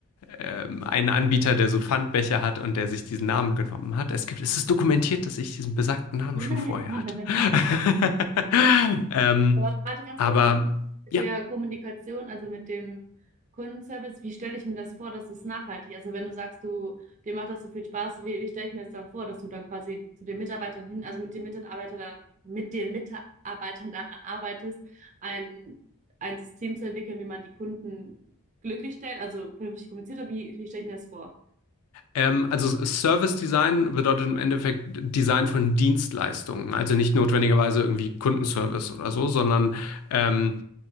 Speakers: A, on the left (about 80°); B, on the right (about 35°).
A: ähm, einen Anbieter, der so Pfandbecher hat und der sich diesen Namen genommen hat. Es gibt, es ist dokumentiert, dass ich diesen besagten Namen
B: <laughs>
A: schon vorher hatte. <laughs> ähm,
B: Aber warte ganz
A: aber
B: kurz mit dem, mit
A: ja,
B: der Kommunikation, also mit dem Kundenservice, wie stelle ich mir das vor, dass es nachhaltig? Also wenn du sagst, du, dir macht das so viel Spaß, wie, wie stelle ich mir das dann vor, dass du dann quasi zu den Mitarbeitern hin, also mit den Mitarbeitern, da- mit den Mitarbeitern daran arbeitest, ein, ein System zu entwickeln, wie man die Kunden glücklich stellt, also vernünftig kommuniziert, oder wie, wie stelle ich mir das vor?
A: ähm, also Service Design bedeutet im Endeffekt Design von Dienstleistungen. Also nicht notwendigerweise irgendwie Kundenservice oder so, sondern ähm,